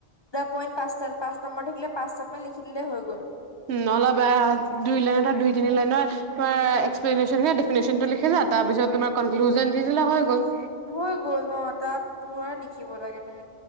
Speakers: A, on the left (about 30°); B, on the right (about 90°).
A: পইন্ট পাঁচটা পাঁচ নম্বৰ থাকিলে পাঁচটা পইন্ট লিখি দিলে হৈ গ'ল।
B: নলবা দুই লাইনৰ দুই তিনি লাইনৰ এক্সপ্লেশন ডিফিনেছনটো লিখি যা তাৰ পিছত তোমাৰ দি দিলে গল।
A: হৈ গ'ল অঁ তাত পুৰা লিখিব লাগে তাত